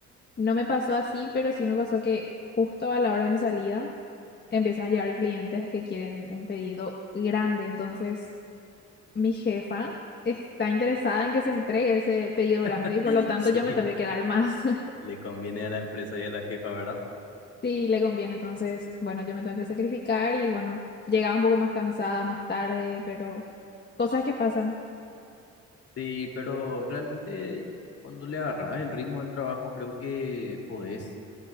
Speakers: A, on the left; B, on the left.
A: No me pasó así, pero sí me pasó que justo a la hora de mi salida empiezan a llegar clientes que quieren un pedido grande. Entonces, mi jefa está interesada en que se entregue ese pedido grande
B: <laughs>
A: y por lo tanto
B: Sí.
A: yo me tengo que quedar más
B: le conviene a la empresa y a la jefa, ¿verdad?
A: <laughs> si le conviene. Entonces, bueno, yo me tengo que sacrificar y bueno, llegaba un poco más cansada más tarde, pero cosas que pasan.
B: Sí, pero realmente cuando le agarras el ritmo del trabajo, creo que podés